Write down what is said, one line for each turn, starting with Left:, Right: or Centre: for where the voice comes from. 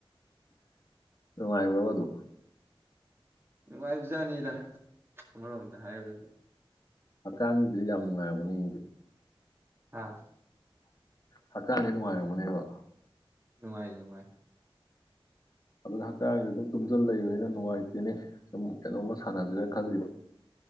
Left: ꯅꯨꯡꯉꯥꯏꯕ꯭ꯔꯕꯗꯨ
Right: ꯅꯨꯡꯉꯥꯏꯕꯖꯥꯅꯤꯗ ꯑꯃꯔꯣꯝꯗ ꯍꯥꯏꯔꯗꯤ
Left: ꯍꯛꯆꯥꯡꯗꯨ ꯌꯥꯝ ꯅꯨꯡꯉꯥꯏꯕꯅꯤ
Right: ꯑꯥ
Left: ꯍꯛꯆꯥꯡꯒꯤ ꯅꯨꯡꯉꯥꯏꯔꯝꯒꯅꯦꯕ
Right: ꯅꯨꯡꯉꯥꯏ ꯅꯨꯡꯉꯥꯏ
Left: ꯑꯗꯨꯅ ꯍꯛꯆꯥꯡꯁ ꯑꯗꯨꯝ ꯇꯨꯝꯁꯤꯜ ꯂꯩꯕꯅꯤꯅ ꯅꯨꯡꯉꯥꯏꯇꯦꯅꯦ ꯁꯨꯝ ꯀꯩꯅꯣꯝꯃ ꯁꯥꯟꯅꯁꯤꯔꯅ ꯈꯜꯂꯤꯕ